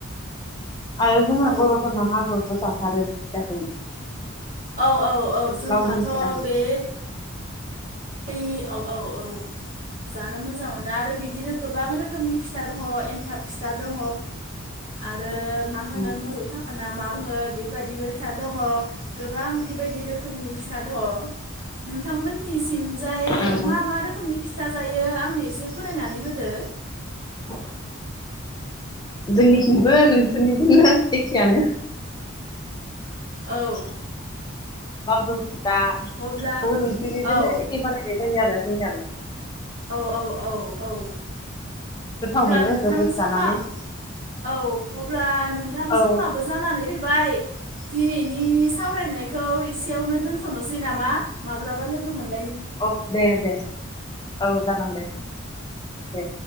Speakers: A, on the left; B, on the right.
A: आरो जोंना
B: औ
A: बर'फोरना मागोआवथ' जाथारो बे फिथाखौ
B: औ औ औ जोंहाथ'
A: लावदुम फिथाखौ
B: बे बे औ औ औ जानो मोजां मोनो आरो बिदिनो गोबां रोखोमनि फिथा दङ एन्थाब फिथा दङ आरो मा होनो
A: उम
B: मोसौ थाफा ना मा बुङो बेफोरबायदिबो फिथा दङ गोबां बेबायदि रोखोमनि फिथा दङ नोंथांमोनथिं सिं जाय
A: औ
B: मा मा रोखोमनि फिथा जायो आंनो एसे फोरमायनानै होदो
A: <inaudible> जोंनिथिंबो नोंसोरनिजोंनो एखेयानो <inaudible>
B: औ
A: लावदुम दा
B: अब्ला
A: ओ नोंसिनिदोंनो
B: औ
A: एखे बानायनाय जायो आरो जोंनियाबो
B: औ औ औ औ
A: गोथाव
B: अब्ला
A: मोनो
B: नोंथां
A: जोबोद
B: समा
A: जानानै
B: औ अब्ला नोंथां
A: औ
B: समाबो जानानै फैबाय दिनैनि सावरायनायखौ एसेयावनो दोनथ'नोसै नामा माब्लाबा लोगो मोन
A: औ दे दे औ जागोन दे। दे